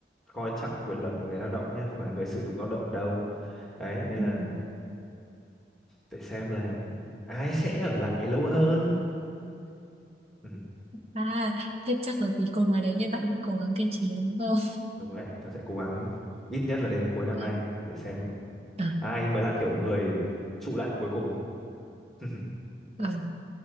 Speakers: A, in the centre; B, on the right.
A: coi trọng quyền lợi của người lao động nha không phải là người sử dụng lao động đâu đấy nên
B: Ừ,
A: là
B: ừ.
A: để xem là ai sẽ ở lại lâu hơn ừ,
B: À, thế chắc là vì cồn ngoài đấy nên bạn vẫn cố gắng kiên trì đúng không?
A: đúng đấy tớ sẽ cố gắng ít nhất là đến cuối năm
B: <laughs>
A: nay để xem
B: À, à,
A: ai mới là kiểu người trụ lại cuối cùng <laughs>
B: à.